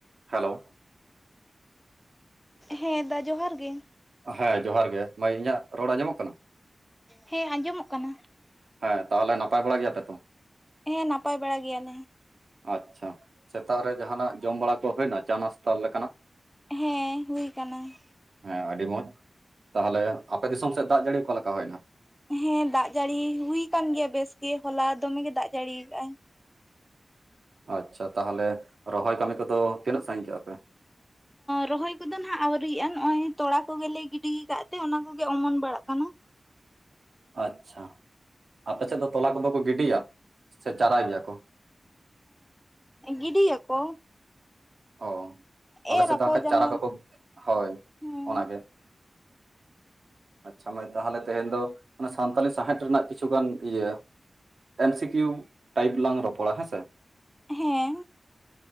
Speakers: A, on the right; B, in the centre.
A: Hello
B: ᱦᱮᱸ ᱫᱟ ᱡᱚᱦᱟᱨ ᱜᱮ
A: ᱦᱮᱸ ᱡᱚᱦᱟᱨ ᱜᱮ᱾ ᱢᱟᱹᱭ ᱤᱧᱟᱹᱜ ᱨᱚᱲ ᱟᱸᱡᱚᱢᱚᱜ ᱠᱟᱱᱟ?
B: ᱦᱮᱸ ᱟᱸᱡᱚᱢᱚᱜ ᱠᱟᱱᱟ ᱾
A: ᱦᱮᱸ ᱛᱟᱦᱚᱞᱮ ᱱᱟᱯᱟᱭ ᱵᱟᱲᱟ ᱜᱮᱭᱟᱯᱮ ᱛᱚ?
B: ᱦᱮᱸ ᱱᱟᱯᱟᱭ ᱵᱟᱲᱟ ᱜᱮᱭᱟᱞᱮ ᱾
A: ᱟᱪᱪᱷᱟ ᱥᱮᱛᱟᱜ ᱨᱮ ᱡᱟᱦᱟᱱᱟᱜ ᱡᱚᱢ ᱵᱟᱲᱟ ᱠᱚ ᱦᱩᱭᱱᱟ ᱪᱟ ᱱᱟᱥᱛᱟ ᱞᱮᱠᱟᱱᱟᱜ
B: ᱦᱮᱸ ᱦᱩᱭ ᱟᱠᱟᱱᱟ ᱾
A: ᱦᱮᱸ ᱟᱹᱰᱤ ᱢᱚᱸᱡᱽ᱾ ᱛᱟᱦᱚᱞᱮ ᱟᱯᱮ ᱫᱤᱥᱚᱢ ᱥᱮᱫ ᱫᱟᱜ ᱡᱟᱹᱲᱤ ᱚᱠᱟ ᱞᱮᱠᱟ ᱦᱩᱭᱱᱟ?
B: ᱦᱮᱸ ᱫᱟᱜ ᱡᱟᱹᱲᱤ ᱦᱩᱭ ᱟᱠᱟᱱ ᱜᱮᱭᱟ ᱵᱮᱥᱜᱮ᱾ ᱦᱚᱞᱟ ᱫᱚᱢᱮ ᱜᱮ ᱫᱟᱜ ᱡᱟᱹᱲᱤᱭ ᱠᱟᱜᱼᱟᱭ᱾
A: ᱟᱪᱪᱷᱟ ᱛᱟᱦᱚᱞᱮ ᱨᱚᱦᱚᱭ ᱠᱟᱹᱢᱤ ᱠᱚᱫᱚ ᱛᱤᱱᱟᱹᱜ ᱥᱟᱺᱜᱤᱧ ᱠᱟᱜᱼᱟ ᱯᱮ?
B: ᱨᱚᱦᱚᱭ ᱠᱚᱫᱚ ᱱᱟᱦᱟᱜ ᱟᱹᱣᱨᱤᱭᱟᱜᱼᱟ ᱱᱚᱜ ᱚᱭ ᱛᱚᱲᱟ ᱠᱚᱜᱮᱞᱮ ᱜᱤᱰᱤᱭ ᱠᱟᱫ ᱛᱮ ᱚᱱᱟ ᱠᱚᱜᱮ ᱚᱢᱚᱱ ᱵᱟᱲᱟᱜ ᱠᱟᱱᱟ᱾
A: ᱟᱪᱪᱷᱟ ᱟᱯᱮ ᱥᱮᱫ ᱫᱚ ᱛᱚᱞᱟ ᱠᱚᱫᱚ ᱠᱚ ᱜᱤᱰᱤᱭᱟ ᱥᱮ ᱪᱟᱨᱟᱭ ᱜᱮᱭᱟ ᱠᱚ?
B: ᱮᱸ ᱜᱤᱰᱤᱭᱟ ᱠᱚ᱾
A: ᱦᱚ ᱟᱞᱮ
B: ᱮᱨ
A: ᱥᱮᱫ
B: ᱟᱠᱚ
A: ᱫᱚ ᱦᱟᱜ ᱠᱷᱟᱡ
B: ᱡᱟᱦᱟᱸ
A: ᱪᱟᱨᱟ ᱠᱚᱠᱚ ᱦᱳᱭ
B: ᱦᱮᱸ
A: ᱚᱱᱟᱜᱮ᱾ ᱟᱪᱪᱷᱟ ᱢᱟᱹᱭ ᱛᱟᱦᱚᱞᱮ ᱛᱮᱦᱮᱧ ᱫᱚ ᱚᱱᱟ ᱥᱟᱱᱛᱟᱞᱤ ᱥᱟᱶᱸᱦᱮᱫ ᱨᱮᱱᱟᱜ ᱠᱤᱪᱷᱩ ᱜᱟᱱ ᱤᱭᱟᱹ ᱮᱢ ᱥᱤ ᱠᱤᱭᱩ ᱴᱟᱭᱤᱯ ᱞᱟᱝ ᱨᱚᱯᱚᱲᱟ ᱦᱮᱸ ᱥᱮ᱾
B: ᱦᱮᱸ᱾